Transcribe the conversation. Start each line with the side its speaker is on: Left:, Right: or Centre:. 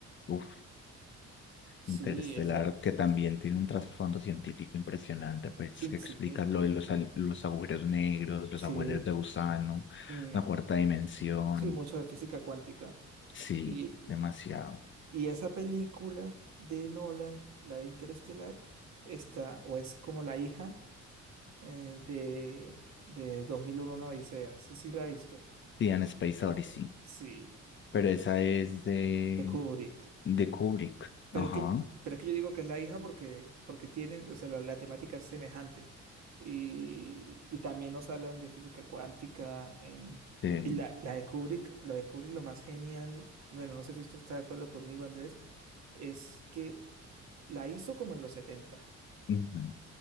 Left: Uf,
Right: sí,
Left: Interestelar,
Right: esa,
Left: que también tiene un trasfondo científico impresionante, pues
Right: in-
Left: que
Right: sí,
Left: explica
Right: in-
Left: lo de los, al- los agujeros negros, los
Right: sí,
Left: agujeros de gusano,
Right: mm,
Left: la cuarta dimensión.
Right: sí, mucho de física cuántica.
Left: Sí,
Right: Y,
Left: demasiado.
Right: y esa película de Nolan, la de Interestelar, está, o es como la hija eh, de, de 2001, una Odisea, sí, sí la he visto,
Left: Sí, en Space Odyssey.
Right: sí,
Left: Pero esa es de,
Right: de Kubrick.
Left: de Kubrick.
Right: Pero
Left: Ajá.
Right: es que, pero es que yo digo que es la hija porque, porque tienen, o sea, la, la temática es semejante. Y, y también nos hablan de física cuántica en,
Left: Sí.
Right: y la, la de Kubrick, lo de Kubrick lo más genial, bueno, no sé si usted está de acuerdo conmigo, Andrés, es que la hizo como en los 70
Left: Ujú,